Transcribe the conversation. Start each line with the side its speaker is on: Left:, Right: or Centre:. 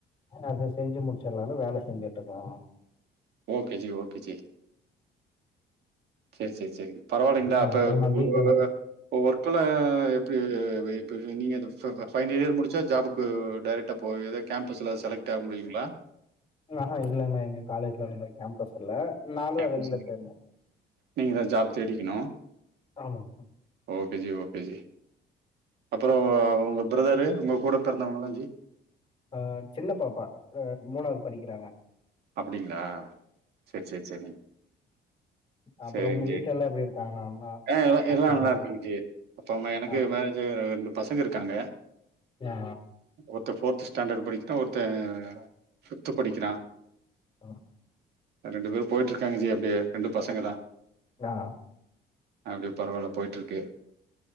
Left: அது செஞ்சி முடிச்சிட்லானு வேல செஞ்சிட்ருக்கோம்ன
Right: ஓகே ஜி ஓகே ஜி செரி செரி செரி பரவால்ல இந்த
Left: ஆ
Right: ஆப்ப
Left: அப்புறோ
Right: <unintelligible>
Left: நா வீட்லதா
Right: ஒர்க்குல எப்டி வெய்ப்பு நீங்க இதுக் சரிதா ஃபைனல் இயர் முடிச்சா ஜாபுக் பு டேரக்டா போய் எதா கேம்ப்பஸ்ல செலக்ட் ஆக முடியுங்ளா
Left: ஆஹா இல்லம்மே எங்க காலேஜ்ல அந்த மாரி கேம்பஸ் இல்ல நானுந்தா
Right: கேம்பஸ்
Left: வெளில தேட்னு.
Right: நீங்கதா ஜாப் தேடிக்கணு
Left: ஆமா
Right: ஓகே ஜி ஓகே ஜி அப்பறோ ஒங்க பிரதரு ஒங்க கூடப் பெறந்தவங்களா ஜி
Left: ஆ சின்ன பாப்பா க மூணாவது படிக்கிறாங்க
Right: அப்படிங்ளா செரி செரி செரிங்
Left: அப்புறோ
Right: செரிங்
Left: உங்க
Right: ஜி
Left: வீட்ல எல்லா எப்டி இருக்காங்கண்ணா அண்ணா
Right: ஆ எலா
Left: அப்பா
Right: எல்லா நல்லாருக்காங்க
Left: அம்மா
Right: ஜி அப்பாம்மா எனக்கு
Left: ஆ
Right: மேரேஜாயி ரெண்டு பசங்க இருக்காங்க
Left: யா
Right: ஒருத்த ஃபோர்த்து ஸ்டாண்டர்ட் படிக்கிறா ஒருத்த ஃபிஃப்த்து படிக்கிறா
Left: ஆ
Right: ரெண்டு பேரு போய்ட்ருக்காங்க ஜி அப்டியே ரெண்டு பசங்க தா
Left: நா
Right: அப்டி பரவால்ல போயிட்ருக்கு